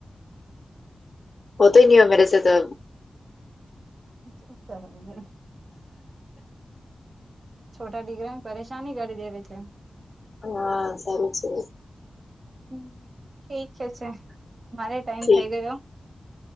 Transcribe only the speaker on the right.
ચ કરને છોટા દીકરાને પરેશાની કરી દેવે છે.
હમ, ઠીક હ છે, મારે ટાઈમ
થઇ ગયો.